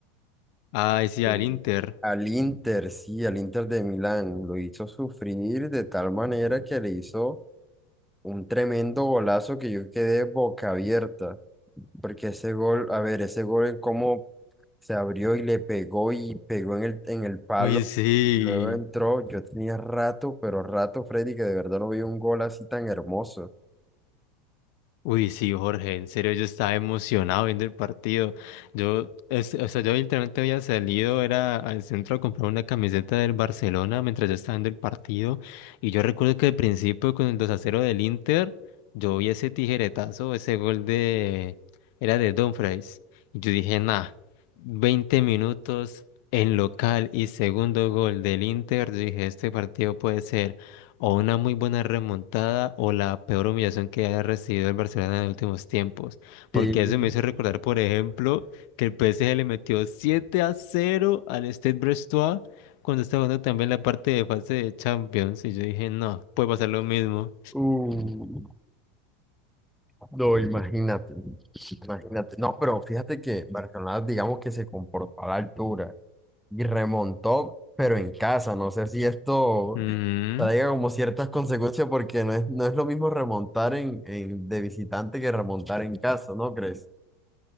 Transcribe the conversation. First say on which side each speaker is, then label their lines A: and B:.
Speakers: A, on the left; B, in the centre.
A: Ay, sí,
B: Sí.
A: al Inter.
B: Al Inter, sí, al Inter de Milán, lo hizo sufrir de tal manera que le hizo un tremendo golazo que yo quedé boca abierta, porque ese gol, a ver, ese gol, en cómo se abrió y le pegó y pegó en el, en el palo,
A: Uy, sí.
B: luego entró, yo tenía rato, pero rato, Freddy, que de verdad no vi un gol así tan hermoso.
A: Uy, sí, Jorge, en serio yo estaba emocionado viendo el partido. Yo, es- o sea, yo literalmente había salido, era al centro a comprar una camiseta del Barcelona mientras yo estaba viendo el partido. Y yo recuerdo que al principio con el 2 a cero del Inter, yo vi ese tijeretazo, ese gol de, era de Dumfries. Y yo dije, nah, 20 minutos en local y segundo gol del Inter. Yo dije, este partido puede ser. O una muy buena remontada o la peor humillación que haya recibido el Barcelona en los últimos tiempos. Porque
B: Sí.
A: eso me hizo recordar, por ejemplo, que el PSG le metió 7 a cero al Stade Brestois cuando estaba jugando también la parte de fase de Champions. Y yo dije, no, puede pasar lo mismo.
B: Uh, no, imagínate, imagínate. No, pero fíjate que Barcelona, digamos que se comportó a la altura y remontó, pero en casa. No sé si esto
A: Ujú.
B: traiga como ciertas consecuencias porque no es, no es lo mismo remontar en, en- de visitante que remontar en casa, ¿no crees?